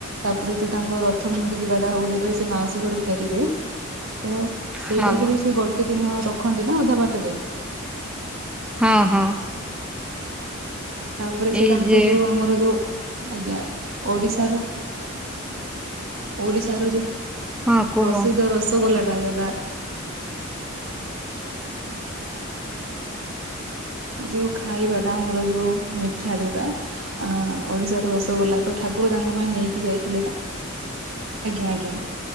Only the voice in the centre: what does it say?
ହଁ
ହଁ, ହଁ।
ଏଇ
ଯେ
ହଁ କୁହ